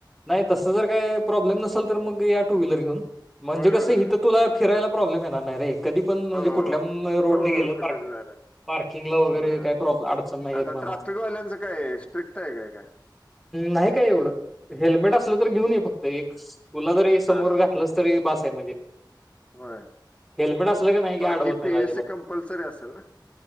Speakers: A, in the centre; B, on the left.
A: नाही तसं जर काही प्रॉब्लेम नसल तर मग या टू व्हीलर घेऊन म्हणजे
B: होय
A: कसं
B: होय होय
A: तुला
B: ओके
A: इथं फिरायला प्रॉब्लेम येणार नाही. रे कधी पण म्हणजे
B: हो हो
A: कुठल्या रोडने
B: हो हो
A: गेलं
B: कुठं
A: पार
B: बी झालं
A: पार्किंगला वगैरे
B: बर
A: काही प्रॉब्ल अडचण नाही
B: आता
A: येत म्हणा.
B: ट्रॅफिकवाल्यांचं काय स्ट्रिक्ट आहे काय काय
A: नाही काय एवढं हेल्मेट अस तर घेऊन ये फक्त एक. तुला जरी समोर
B: हा हा
A: घातलंच तरी बास. ते म्हणजे.
B: होय
A: हेल्मेट असलं का नाही
B: बाकी
A: आडवत नाही
B: पीयूसी
A: आजिबात,
B: कंपल्सरी असेल ना